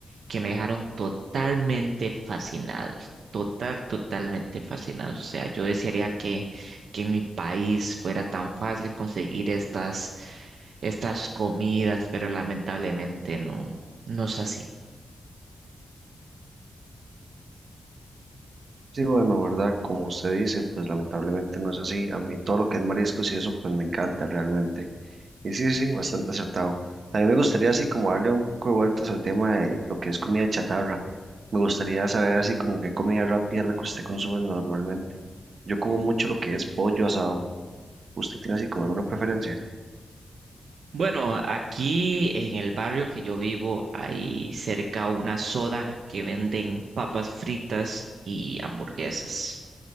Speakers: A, on the right (about 75°); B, on the right (about 50°).
A: que me dejaron totalmente fascinados, total, totalmente fascinados. O sea, yo desearía que, que en mi país fuera tan fácil conseguir estas, estas comidas, pero lamentablemente no, no es así.
B: Sí, bueno, ¿verdad? Como usted dice, pues lamentablemente no es así. A mí todo lo que es mariscos y eso, pues me encanta realmente. Y sí, sí, bastante acertado. A mí me gustaría así como darle un poco de vueltas al tema de lo que es comida chatarra. Me gustaría saber así como qué comida rápida es la que usted consume normalmente. Yo como mucho lo que es pollo asado. ¿Usted tiene así como alguna preferencia?
A: Bueno, aquí en el barrio que yo vivo hay cerca una soda que venden papas fritas y hamburguesas,